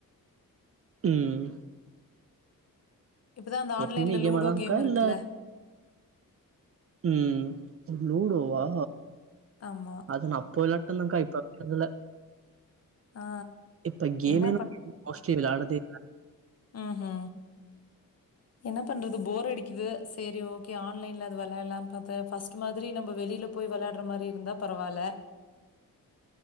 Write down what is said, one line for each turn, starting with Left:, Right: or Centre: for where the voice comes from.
Right: ம்
Left: இப்ப தா அந்த ஆன்லைன்ல
Right: எப்பயுமே கேமா
Left: லூடோ
Right: தான்க்கா
Left: கேம் இருக்குல்ல
Right: இல்ல ம் லூடோ வா
Left: ஆமா
Right: அது நா அப்ப விளாட்டுந்தக்கா இப்ப விளாறதுல்ல
Left: ஆ
Right: இப்ப கேமே
Left: என்ன
Right: <inaudible> மோஸ்ட்லி விளாடதே
Left: ம் ஹு என்ன பண்றது போர் அடிக்குது செரி ஓகே ஆன்லைன்ல அது வெளாலான்னு பாத்த ஃபர்ஸ்ட்டு மாதிரி நம்ம வெளில போய் வெளாட்ற மாரி இருந்தா பரவால்ல